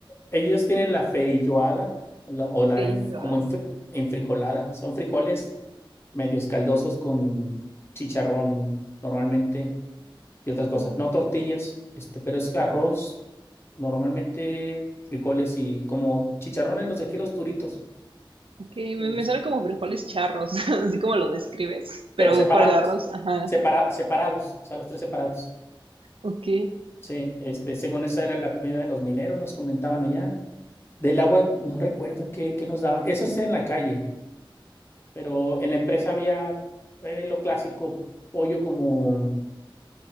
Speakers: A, on the left; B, on the right.
A: ellos tienen la feijoada la- o la
B: ello.
A: enf- como enfri- enfrijolada. Son frijoles medios caldosos con chicharrón normalmente y otras cosas.
B: ok,
A: No tortillas, este, pero es arroz, normalmente frijoles y como chicharrones los de aquí, los duritos,
B: me,
A: este,
B: me suena como frijoles charros, <laughs> así como lo
A: ah,
B: describes, pero
A: pero separados,
B: para el arroz, ajá.
A: separa- separados, o sea, los tres separados.
B: Ok.
A: Sí, este, según esa era la comida de los mineros, nos comentaban allá. Del agua, no recuerdo qué, qué nos daban. Eso es en la calle. pero en la empresa había eh, lo clásico, pollo como